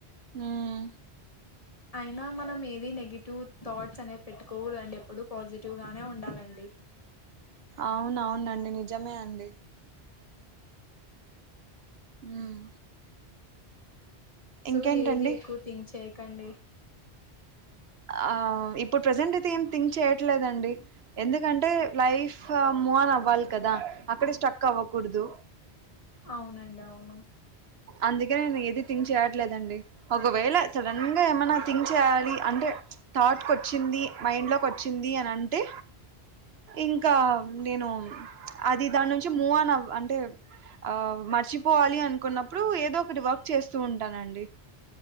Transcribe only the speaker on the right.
ఉమ్
అవును అవునండి నిజమే అండి మ్మ్
ఇంకేంటండి
ఆ ఇప్పుడు ప్రెజెంట్ అయి తే ఏం థింక్ చేయట్లేదండి. ఎందుకంటే లైఫ్ మూవ్ ఆన్ అవ్వాలి కదా అక్కడే స్టక్ అవ్వకూడదు
అందుకే నేను ఏది థింక్ చేయట్లేదండి ఒకవేళ సడన్ గా ఏమైనా థింక్ చేయాలి అంటే థాట్కి వచ్చింది మైండ్ లోకి వచ్చింది అని అంటే ఇంకా నేను అది దాని నుంచి మూవ్ ఆన్ అంటే ఆ మర్చిపోవాలి అనుకున్నప్ ప్పుడు ఏదో ఒకటి వర్క్ చేస్తూ ఉంటానండి